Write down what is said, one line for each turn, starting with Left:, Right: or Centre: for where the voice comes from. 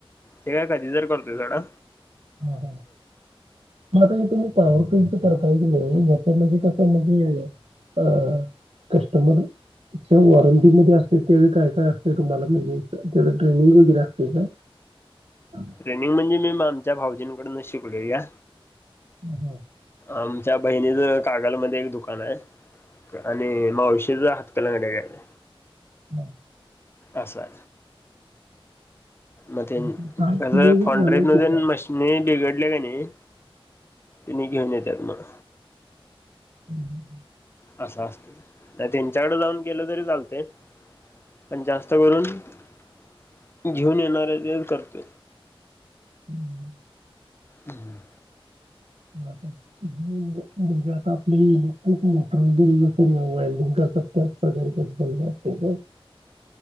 Left: हे काय कधी जर करतोय झाडा
Right: ह ह मता तुम्ही पावररते पाहिजे नाही याच म्हणजे कसं म्हणजे अ कस्टमर त्या वॉरंटीमध्ये असते त्याळी काय काय असत तुम्हाला म्हणजे त्या ट्रेनिंग वगैरे असते का. <unintelligible>
Left: रनिंग म्हणजे मी आमच्या भाऊजींकडन शिकलोया.
Right: <unintelligible>
Left: आमच्या बहिणीच कागलमध्ये एक दुकान आहे आणि मावशीच राहत उत्तलंगड्या काले
Right: हो.
Left: आशा मग
Right: तुमचं
Left: ते
Right: वगैरे
Left: फॉढ्रे
Right: झालंय
Left: मधून
Right: की काय
Left: मशिनी बिघडले का नाही. तन घेऊन येत्यात मग
Right: <unintelligible>
Left: असं असत नाही त्यांच्याकड जाऊन गेलं तरी चालते. पण जास्त करून घेऊन येणारे ते करते.
Right: <unintelligible>
Left: हम्म.
Right: म्हजे आता आपले मोटर वगैरेल्डिंग करतात ब अस का